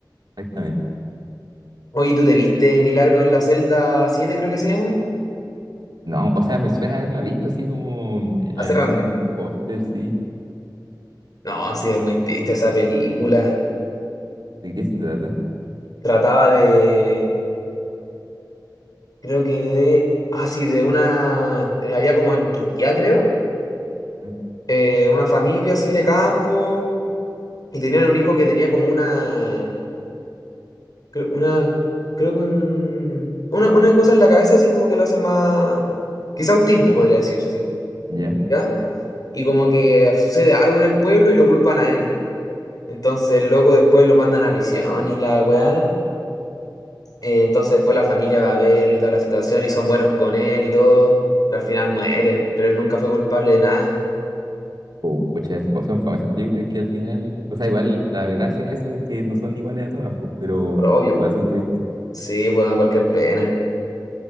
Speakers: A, on the right; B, on the left.
A: exactamente.
B: Oye, ¿tú te viste Milagro en la celda siete creo que se llama?
A: No, o sea, me suena haberla visto así como en
B: Hace
A: algún
B: rato.
A: póster, sí.
B: No, sí, es muy triste esa película.
A: ¿De qué se trata?
B: Trataba de, creo que de, ah, sí, de una, eh, allá como en Turquía, creo,
A: ¿Mm?
B: eh, una familia así de campo, y tenían un hijo que tenía como una, Creo, una, creo que un- una, una cosa en la cabeza así como que lo hace más... Quizá autismo podría decirse,
A: ¿Ya?
B: ¿ya? Y como que sucede algo en el pueblo y lo culpan a él. Entonces el loco después lo mandan a prisión y la weá. Eh, entonces después la familia va a verlo y toda la situación y son buenos con él y todo. Pero al final muere, pero él nunca fue culpable de nada.
A: O Pucha, son famosas películas que al final, o sea, igual la gracia de eso es que no son iguales a todas, pues, pero
B: Pero obvio,
A: igual
B: po.
A: son tristes.
B: Sí, pues da cualquier pena.